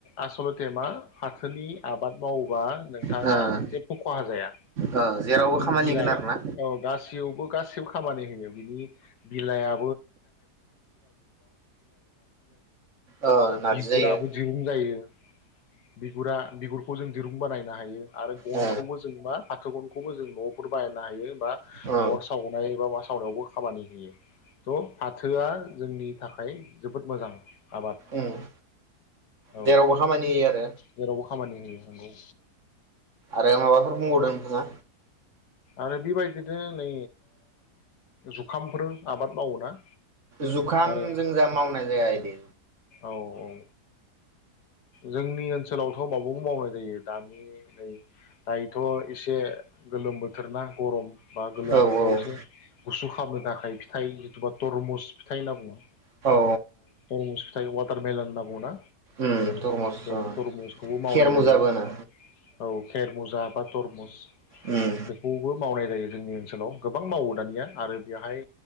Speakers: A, on the left; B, on the right.
A: आसलते मा फाथोनि आबाद मावो बा नोंथाङा
B: ओ
A: जेबो खहा जाया
B: ओ जेरावबो
A: नों
B: खामानि
A: बिलाइ
B: होगोन आरोना
A: औ गासैयावबो गासिबो खामानि होयो बिनि बिलाइया
B: ओ नारजि
A: बिगुराबो
B: जायो
A: दिरुं जायो बिगुरा बिगुर जों दिरुं बानायनो हायो आरो गनखौबो
B: ओ
A: जों मा फाथो गन खौबो जों न' बायनो हायो बा
B: ओ
A: अर सावनाय बा मा साव सावनायावबो खामानि होयो थ' फाथोआ जोंनि थाखाय जोबोद मोजां आबाद
B: ओम
A: औ
B: जेरावबो खामानि होयो आरो,
A: जेरावबो खामानि होयो नंगौ
B: आरो माबाफोर बुंबावदों नोंथाङा?
A: आरो बेबायदिनो नै जुखामफोर आबाद मावोना
B: जुखाम
A: आरो
B: जों जा मावनाय जाया इदि
A: औ औ जोंनि ओनसोलावथ' माब बिदिनो मावनाय जायो दानि नै दायोथ' एसे गोलोम बोथोर ना गरम बा गोलोम
B: औ
A: बोथोराव
B: औ
A: एसे गुसु खालामनो थाखाय फिथाइ जितुबा तरमुस फिथाइ होनना बुङो
B: औ औ
A: तरमुस फिथाइ वाटार मेला होनना बुङोना?
B: उम तरमुस
A: बे
B: औ
A: तरमुसखौबो मावनाय
B: खेर मुजाबो
A: जायो
B: होनो।
A: औ खेरमुजा बा तरमुस
B: उम
A: बेखौबो मावनाय जायो। जोंनि ओनसोलाव गोबां मावो दानिया आरो बेवहाय